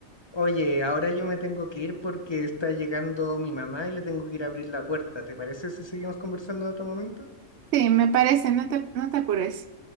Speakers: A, on the left; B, on the right.
A: Oye, ahora yo me tengo que ir porque está llegando mi mamá y le tengo que ir a abrir la puerta. ¿Te parece si seguimos conversando en otro momento?
B: Sí, me parece, no te, no te apures.